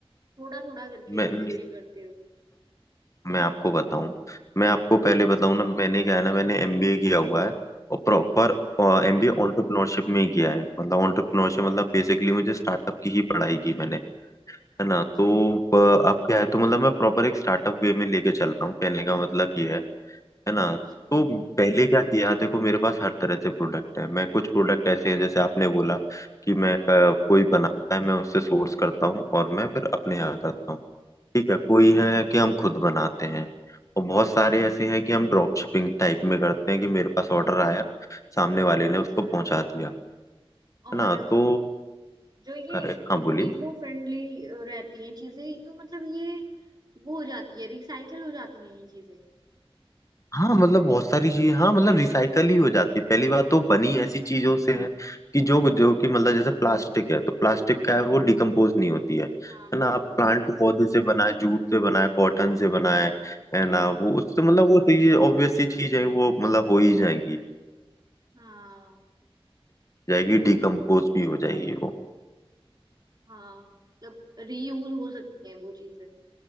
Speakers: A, on the right; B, on the left.
A: थोड़ा थोड़ा करके
B: मैं मैं
A: सेल करते हो
B: मैं आपको बताऊं मैं आपको पहले बताऊं ना मैंने क्या है ना मैंने एमबीए किया हुआ है और प्रॉपर
A: हाँ
B: एमबीए एंटरप्रेन्योरशिप में ही किया है मतलब एंटरप्रेन्योरशिप मतलब बेसिकली मुझे स्टार्टअप की ही पढ़ाई की मैंने है ना
A: अच्छा
B: तो अ, अब क्या है तो मतलब मैं प्रॉपर एक स्टार्टअप वे में लेके चल रहा हूँ कहने का मतलब ये है है ना
A: अच्छा
B: तो पहले क्या किया देखो मेरे पास हर तरह से प्रोडक्ट है मैं कुछ प्रोडक्ट ऐसे हैं जैसे आपने बोला कि मैं
A: हाँ
B: अ, कोई बनाता है मैं उससे सोर्स करता हूँ और मैं फिर अपने
A: अच्छा
B: यहाँ करता हूँ ठीक है कोई है कि हम खुद बनाते हैं और बहुत सारे ऐसे हैं कि हम ड्रॉप शिपिंग टाइप में करते हैं कि मेरे पास ऑर्डर आया सामने वाले
A: अच्छा
B: ने उसको पहुंचा दिया
A: और
B: है ना तो
A: जो ये
B: करेक्ट हाँ बोलिए
A: इको फ्रेंडली रहती हैं चीजें तो मतलब ये वो हो जाती है रिसाइकल हो जाती हैं ये चीजें
B: हाँ मतलब बहुत सारी चीजें हाँ मतलब रिसाइकल ही हो जाती है पहली बात तो बनी ऐसी चीजों से है कि जो जो कि मतलब जैसे प्लास्टिक है तो प्लास्टिक का है वो डिकम्पोज नहीं होती है है
A: हाँ बिल्कुल
B: ना आप प्लांट
A: भी नहीं
B: के पौधे
A: होती
B: से बनाए जूट से बनाए कॉटन से बनाए है
A: हाँ
B: ना वो उससे मतलब वो तो ये ऑब्वियस सी चीज है वो मतलब हो ही जाएगी
A: हाँ
B: जाएगी डिकम्पोज भी हो जाएगी वो
A: हाँ मतलब रीयूज हो सकती हैं वो चीजें